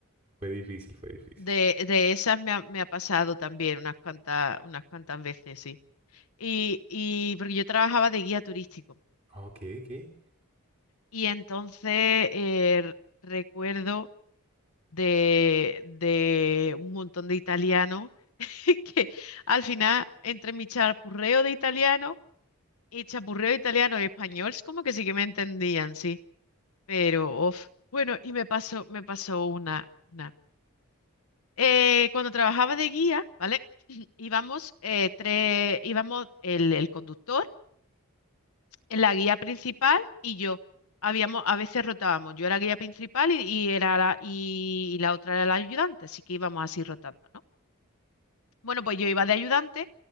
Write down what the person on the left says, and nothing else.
De, de esas me ha, me ha pasado también unas cuantas, unas cuantas veces, Y, y porque yo trabajaba de guía turístico.
Y entonces eh, r- recuerdo de, de un montón de italianos <laughs> que al final, entre mi chapurreo de italiano y chapurreo italiano y español, es como que sí que me entendían, sí. Pero, of. Bueno, y me pasó, me pasó una, una. Eh, cuando trabajaba de guía, ¿vale? <clears throat> Íbamos eh, tres, íbamos el el conductor la guía principal y yo. Habíamos, a veces rotábamos. Yo era guía principal y, y era la, y, y la otra era la ayudante, así que íbamos así rotando, ¿no? Bueno, pues yo iba de ayudante,